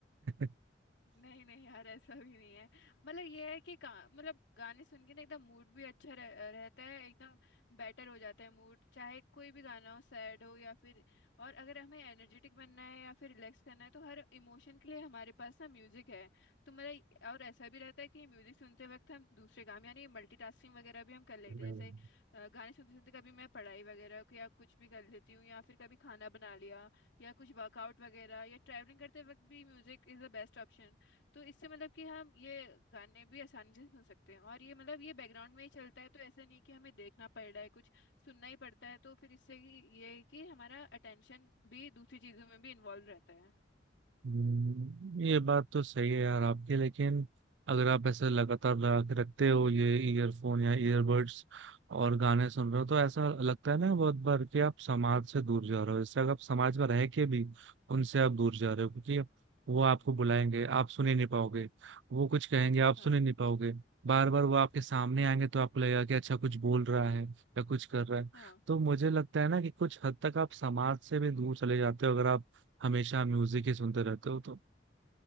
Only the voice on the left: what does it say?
नहीं नहीं यार ऐसा भी नहीं है मतलब ये है कि का, मतलब गाने सुन के ना एकदम मूड भी अच्छा रह, रहता है एकदम बेटर हो जाता है मूड चाहे कोई भी गाना हो सैड हो या फिर और अगर हमें एनर्जेटिक बनना है या फिर रिलैक्स करना है तो हर इमोशन के लिए हमारे पास ना म्यूजिक है तो मतलब और ऐसा भी रहता है कि म्यूजिक सुनते वक्त हम दूसरे काम यानी मल्टीटास्किंग वगैरह भी हम कर लेते
हैं जैसे अ, गाने सुनते सुनते कभी मैं पढ़ाई वगैरह को या कुछ भी कर लेती हूँ या फिर कभी खाना बना लिया या कुछ वर्कआउट वगैरह या ट्रैवलिंग करते वक्त भी music is the best option तो इससे मतलब कि हम ये गाने भी आसानी से सुन सकते हैं और ये मतलब ये बैकग्राउंड में ही चलता है तो ऐसा नहीं कि हमें देखना पड़ रहा है कुछ सुनना ही पड़ता है तो फिर इससे कि ये है कि हमारा अटेंशन भी दूसरी चीजों में भी इन्वॉल्व रहता है
हम्म,
हाँ
हाँ